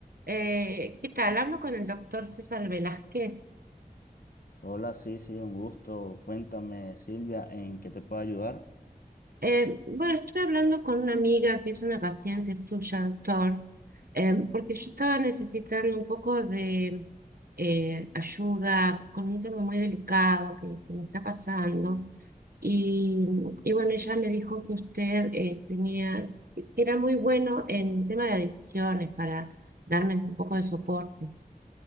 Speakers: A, on the right; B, on the left.
A: Eh, ¿qué tal? Hablo con el doctor César Velázquez.
B: Hola, sí, sí, un gusto. Cuéntame, Silvia, ¿en qué te puedo ayudar?
A: Eh, bueno, estuve hablando con una amiga que es una paciente suya, doctor, eh, porque yo estaba necesitando un poco de eh, ayuda con un tema muy delicado que, que me está pasando. Y, y bueno, ella me dijo que usted eh, tenía, que era muy bueno en tema de adicciones para darme un poco de soporte.